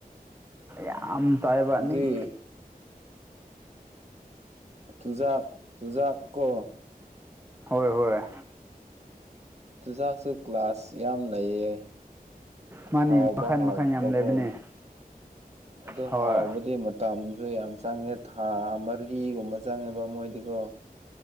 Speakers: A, on the right; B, on the right.
A: ꯌꯥꯝ ꯇꯥꯏꯕꯅꯤ
B: ꯍꯧꯖꯤꯛ ꯆꯨꯖꯥꯛ ꯆꯨꯖꯥꯛ ꯀꯣ
A: ꯍꯣꯏ ꯍꯣꯏ
B: ꯆꯨꯖꯥꯛꯁꯨ ꯀ꯭ꯂꯥꯁ ꯌꯥꯝ ꯂꯩꯌꯦ
A: ꯃꯥꯅꯤ
B: ꯍꯥꯎꯕ
A: ꯃꯈꯟ
B: ꯍꯥꯎꯇꯕꯀꯣ
A: ꯃꯈꯟ ꯌꯥꯝ ꯂꯩꯕꯅꯦ
B: ꯑꯗꯨ
A: ꯍꯣꯏ
B: ꯍꯥꯎꯕꯗꯤ ꯇꯝꯁꯨ ꯌꯥꯝ ꯆꯪꯉꯦ ꯊꯥ ꯃꯔꯤꯒꯨꯝꯕ ꯆꯪꯉꯦꯕ ꯃꯣꯏꯗꯤꯀꯣ